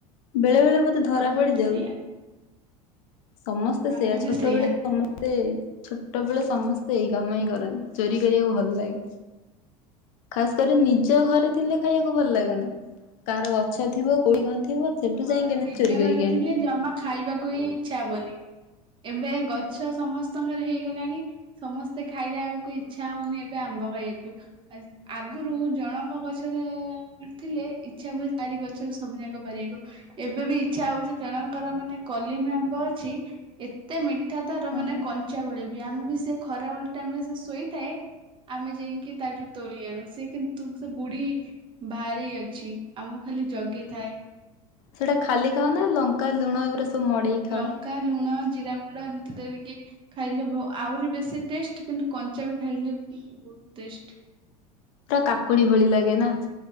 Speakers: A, on the left; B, on the right.
A: ବେଳେ ବେଳେ ବୋଧେ ଧରା
B: ଆମେ
A: ପଡିଯାଉ,
B: ବି ସେଇଆ
A: ସମସ୍ତେ
B: ଆମେ
A: ସେୟା
B: ବି
A: ଛୋଟ
B: ସେଇଆ।
A: ବେଳେ ସମସ୍ତେ ଛୋଟ ବେଳେ ସମସ୍ତେ ଏଇ କାମ ହିଁ କରନ୍ତି, ଚୋରି କରିବାକୁ ଭଲ ଲାଗେ। ଖାସ କରି ନିଜ ଘରେ ଥିଲେ ଖାଇବାକୁ ଭଲ ଲାଗେନା, କାହାର ଗଛ ଥିବ କୋଉଟି କଣ ଥିବ ସେଠୁ
B: ହଁ
A: ଯାଇ କେମିତି
B: ନିଜ
A: ଚୋରି କରିକି
B: ଘରେ
A: ଆଣିବୁ
B: ଥିଲେ ଜମା ଖାଇବାକୁ ହି ଇଚ୍ଛା ହବନି। ଏବେ ଗଛ ସମସ୍ତଙ୍କର ହେଇଗଲାଣି ସମସ୍ତେ ଖାଇଲାବେଳକୁ ଇଚ୍ଛା ହଉନି ଏବେ ଆମ୍ବ ଖାଇବାକୁ ଆ ଆଗରୁ ଜଣଙ୍କ ଗଛରେ ଥିଲେ, ଇଚ୍ଛା ହୁଏ ତାରି ଗଛରୁ ସବୁ ଜାକ ପାରିବାକୁ ଏବେ ବି ଇଚ୍ଛା ହଉଛି ଜଣଙ୍କର ମାନେ କଲିମ ଆମ୍ବ ଅଛି ଏତେ ମିଠା ତାର ମାନେ
A: ହଁ।
B: କଞ୍ଚାବେଳେ ବି ଆମେ ବି, ସେ ଖରାବେଳେ ଟାଇମରେ ସେ ଶୋଇଥାଏ ଆମେ ଯାଇକି ତାଠୁ ତୋଳି ଆଣୁ, ସେ କିନ୍ତୁ ତୁ ସେ ବୁଢୀ ଭାରି ଅଛି ଆମକୁ ଖାଲି ଜଗି ଥାଏ।
A: ସେଇଟା ଖାଲି ଖାଅ ନା ଲଙ୍କା, ଲୁଣ ଏଗୁଡା ସବୁ ମଡେଇକି ଖାଅ
B: ଲଙ୍କା, ଲୁଣ, ଜିରା ଗୁଣ୍ଡ ଏମିତି ଦେରିକି ଖାଇଲେ ବୋ ଆହୁରି ବେଶୀ ଟେଷ୍ଟ କିନ୍ତୁ କଞ୍ଚା ବି ଖାଇଲେ ବହୁତ ଟେଷ୍ଟ।
A: ପୁରା କାକୁଡି ଭଳି ଲାଗେ ନା,